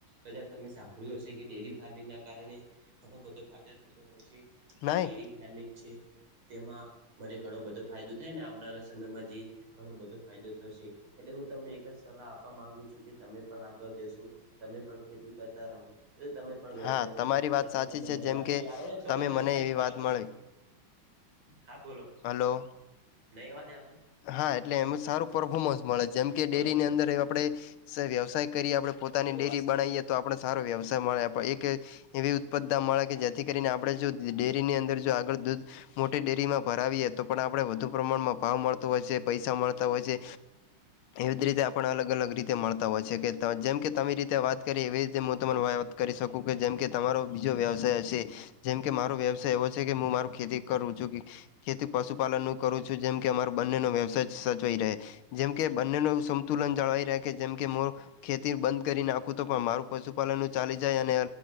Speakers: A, on the right (about 85°); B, on the left (about 85°).
A: કદાચ તમે સાંભળ્યું હશે કે ડેરી ફાર્મિંગના કારણે ઘણો બધો ફાયદો થતો હોય છે. જે
B: નહી
A: ડેરી ફાર્મિંગ છે. તેમાં મને ઘણો બધો ફાયદો થાય ને આવનારા સમયમાં જે ઘણો બધો ફાયદો થશે એટલે હું તમને એક જ સલાહ આપવા માંગુ છું કે તમે પણ આગળ જશો તમે પણ ખેતી કરતા રહો. તમે પણ વ્યવસાય
B: હા
A: સારો
B: તમારી
A: કરતા
B: વાત
A: છો
B: સાચી
A: તમે
B: છે
A: મને
B: જેમ
A: માહિતી
B: કે
A: આલોને છોડો
B: તમે
A: વ્યવસાય
B: મને એવી
A: તમારા
B: વાત
A: વિશે
B: મળી
A: હા બોલો.
B: હલો.
A: નહીં અવાજ આવતો
B: હા એટલે એમ સારુ પર્ફોર્મન્સ મળે જેમકે ડેરીની
A: બરોબર
B: અંદર આપડે સ વ્યવસાય કરીએ આપડે પોતાની ડેરી બણાઈએ તો આપણે સારો વ્યવસાય મળે આપે એક કે એવી ઉત્પદ્ધા મળે કે જેથી કરીને આપણે જો ડેરીની અંદર જો આગળ દૂધ મોટી ડેરીમાં ભરાવીએ તો પણ આપણે વધુ પ્રમાણમાં ભાવ મળતો હોય છે પૈસા મળતા હોય છે. એવી જ રીતે આપણ અલગ અલગ રીતે મળતા હોય છે કે જેમ કે તમે રીતે વાત કરીએ એવી રીતે મું તમન વાત કરી શકું કે જેમ કે તમારો બીજો વ્યવસાય હશે. જેમ કે મારો વ્યવસાય એવો છે કે હું મારું ખેતી કરું છું કે ખેતી પશુપાલનનું કરું છું જેમ કે અમા ર બંનેનો વ્યવસાય સચવાઈ રહે જેમ કે બંનેનું એવું સંતુલન જળવાઈ રહે છે કે જેમ કે મું ખેતી બંધ કરી નાખું તો પણ મારું પશુપાલન ચાલી જાય અને